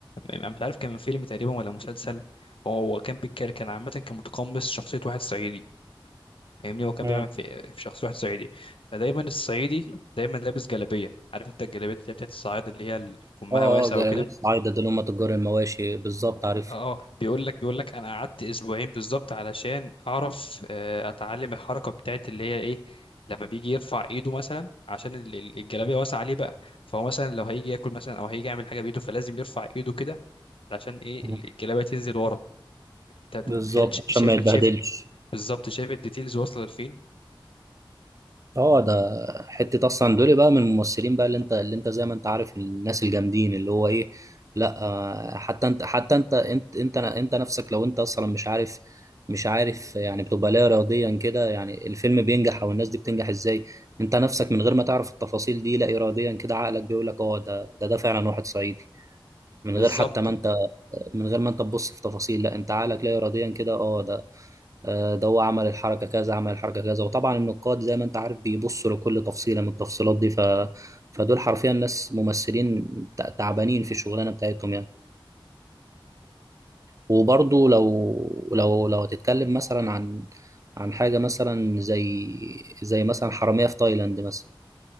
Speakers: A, on the left; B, on the right.
A: انا مش عارف كان فيلم تقريبا ولا مسلسل هو كان بيتكلم كان عامه كان متقمص شخصيه واحد صعيدي فاهمني هو كان
B: مم.
A: بيعمل في, في شخصيه واحد صعيدي فدايما الصعيدي دايما لابس جلابيه عارف انت الجلابيه اللي هي بتاعت الصعايده اللي هي ال- كمها
B: اه
A: واسع
B: اه جرابيب
A: وكده
B: الصعايدة دول هم تجار المواشي بالظبط عارف
A: اه بيقول لك بيقول لك انا قعدت اسبوعين بالظبط علشان اعرف آه، اتعلم الحركه بتاعت اللي هي ايه لما بيجي يرفع ايده مثلا عشان ال- ال- الجلابيه واسعه عليه بقى فهو مثلا لو هيجي ياكل مثلا او هيجي يعمل حاجه بايده فلازم يرفع ايده كده علشان ايه
B: مم.
A: ال- الجلابيه تنزل ورا انت أنت
B: بالظبط
A: متخيل ش-
B: عشان
A: شايف
B: ما يتبهدلش
A: شايف بالظبط شايف الديتيلز واصله لفين
B: اه ده حته اصلا دول بقى من الممثلين بقى اللي انت اللي انت زي ما انت عارف الناس الجامدين اللي هو ايه لا آه، حتى انت حتى انت انت انت, انت نفسك لو انت اصلا مش عارف مش عارف يعني بتبقى لا اراديا كده يعني الفيلم بينجح او الناس دي بتنجح ازاي انت نفسك من غير ما تعرف التفاصيل دي لا اراديا كده عقلك بيقول لك اه ده ده ده فعلا واحد صعيدي من
A: بالظبط
B: غير حتى ما انت من غير ما انت تبص في تفاصيل لا انت عقلك لا اراديا كده اه ده آه، ده هو عمل الحركة كذا عمل الحركة كذا وطبعا النقاد زي ما انت عارف بيبصوا لكل تفصيلة من التفصيلات دي ف... فدول حرفيا ناس ممثلين تع- تعبانين في الشغلانة بتاعتهم يعني وبرضه لو لو لو هتتكلم مثلا عن عن حاجة مثلا زي زي مثلا حرامية في تايلاند مثلا